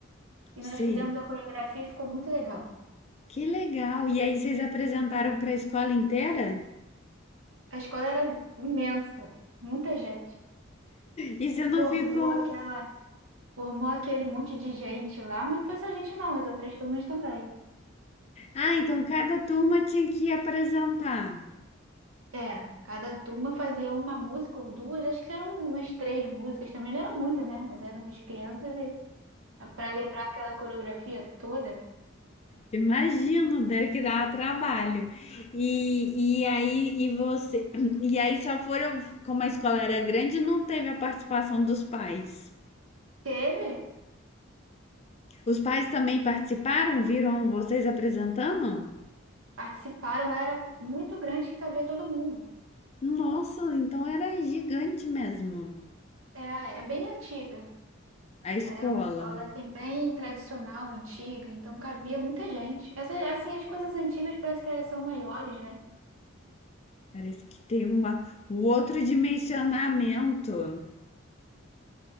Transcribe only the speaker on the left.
sei.
Que legal. E aí vocês apresentaram para a escola inteira?
E você não
ficou.
Ah, então cada turma tinha que apresentar.
Imagino, deve que dar trabalho. E, e aí e você <clears throat> e aí só foram, como a escola era grande, não teve a participação dos pais.
Os pais também participaram? Viram vocês apresentando?
Nossa, então era gigante mesmo
a escola.
Parece que tem uma, um outro dimensionamento.